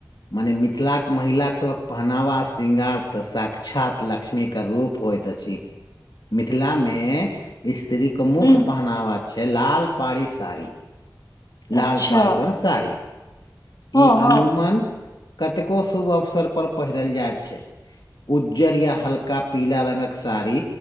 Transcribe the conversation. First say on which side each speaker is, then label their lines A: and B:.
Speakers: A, on the left; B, on the left.
A: मने मिथिलाके महिलासभक पहनावा श्रृंगार तऽ साक्षात लक्ष्मीके रूप होइत अछि। छी मिथिला मे स्त्री के मुख्य
B: हूं
A: पहनावा छै लाल पाड़ी साड़ी
B: अच्छा
A: लाल पार्कर साड़ी
B: हँ
A: ई
B: हँ
A: अमूमन कतेको शुभ अवसर पर पहिरल जाय छै उज्जर या हल्का पीला रंगक साड़ी